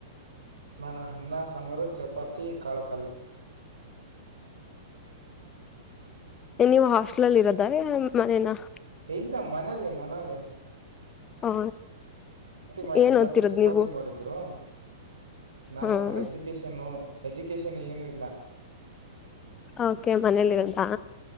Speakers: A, on the right; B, on the left.
A: ನಾನ ಅಣ್ಣ ಸಾಂಬಾರ ಚಪಾತಿ ಕಾಳುಪಲ್ಲೆ
B: ನೀವು ಹಾಸ್ಟಲಲ್ಲಿ ಇರೋದಾರೆ ಮನೇನ
A: ಇಲ್ಲ ಮನೆಲ ಮನಾಲ
B: ಹಾ
A: ಮಾಡಿ
B: ಏನ್
A: ಇವತ್ತು
B: ಹ್ತ್ತಿರೋದ್
A: ಚಪಾತಿ
B: ನೀವು
A: ಮಾಡಿದ್ರು ನಾನು
B: ಹ್ಮ
A: ಎಜುಕೇಶನ್ನು ಎಜುಕೇಶನ್ ಏನು ಇಲ್ಲ
B: ಓಕೆ ಮನೇಲಿ ಇರದಾ